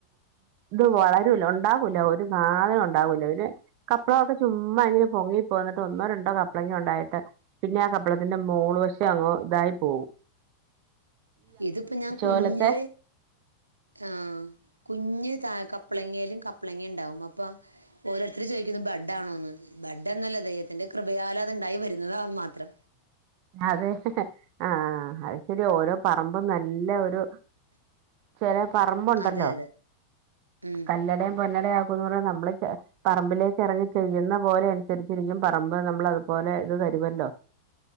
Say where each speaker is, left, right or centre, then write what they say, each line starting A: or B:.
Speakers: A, on the right; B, on the right.
A: ത് വളരുല്ലോ ണ്ടാവൂല ഒരു സാധനം ഉണ്ടാവൂല ഒര് കപ്പളക്കെ ചുമ്മാ ങ്ങനെ പൊങ്ങിപ്പോന്നിട്ട് ഒന്നോ രണ്ടോ കപ്പള ങ്ങണ്ടായിട്ട് പിന്നെ ആ കപ്പളത്തിന്റെ മോള് വശം അങ്ങ് തായി പോവും
B: ഇത്പ്പോ ഞാൻ കുഞ്ഞ്
A: പോലത്തെ
B: ആ കുഞ്ഞ് താ കപ്പളങ്ങയിലും കപ്പളങ്ങണ്ടാവും അപ്പൊ ഓരോര്ത്തർ ചോയ്ക്കും ത് ബഡ് ആണോന്ന് ബഡോന്നുഅ ല്ലിത് തിന്റെ കൃപയാലത് ണ്ടായി വരുന്നതാന്ന് മാത്രം.
A: അതെ ആ അ അത്ശരി ഓരോ പറമ്പും നല്ല ഒരു ചെല പറമ്പുണ്ടല്ലോ
B: അതെ അതെ ഉം
A: കല്ലടേം പൊന്നടേം ആക്കുംന്നർഞ്ഞ മ്മള് പറമ്പിലേക്കെറങ്ങി ചെയ്യ്ന്ന പോലെ അനുസര്ച്ചിരിക്കും പറമ്പ് നമ്മൾ അതുപോലെ ത് തരുമല്ലോ